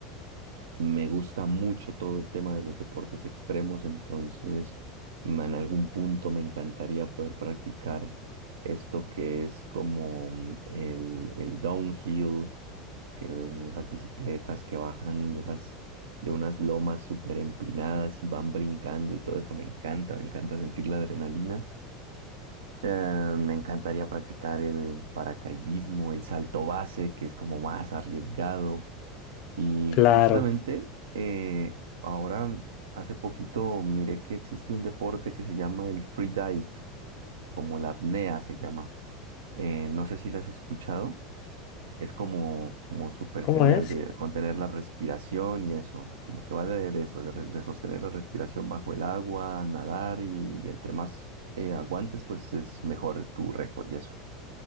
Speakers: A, on the right (about 70°); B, on the left (about 50°).
A: me gusta mucho todo el tema de los deportes extremos, entonces mm, en algún punto me encantaría poder practicar esto que es como mm, el, el downhill, que en esas bicicletas que bajan de esas, de unas lomas súper empinadas y van brincando y todo eso me encanta, me encanta sentir la adrenalina. Eh, me encantaría practicar el paracaidismo, el salto base, que es como más arriesgado. Y
B: Claro.
A: justamente eh, ahora, mm, hace poquito miré que existe un deporte que se llama el free dive, como la apnea se llama. Eh, no sé si la has escuchado. Es como, como súper
B: ¿Cómo
A: genial
B: es?
A: de contener la respiración y eso, como que va de, de eso, de, re- de sostener la respiración bajo el agua, nadar y, entre más eh, aguantes, pues es mejor tu récord y eso.